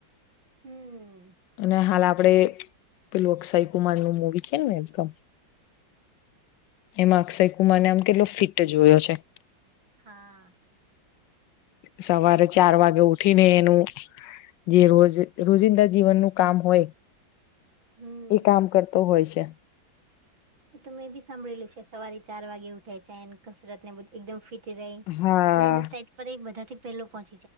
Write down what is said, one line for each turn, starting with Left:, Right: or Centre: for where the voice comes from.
Right: હમ
Left: અને હાલ આપ પડે પેલું અક્ષય કુમાર નું મુવી છે ને એકદમ. એમાં અક્ષય કુમારને આમ કેટલો ફિટ જોયો છે.
Right: હા.
Left: સવારે ચાર વાગે ઉઠીને એનું જે રોજ રોજિંદા જીવનનું કામ હોય.
Right: હમ
Left: એ કામ કરતો હોય છે. <inaudible>
Right: એ તો મેં બી સાંભળેલું છે સવારે ચાર વાગે ઉઠે છે ને કસરત ને બધુ એકદમ ફિટ થી ગઈ
Left: હા
Right: અને એના સાઈટ પર એ બધા. પેલો પોચ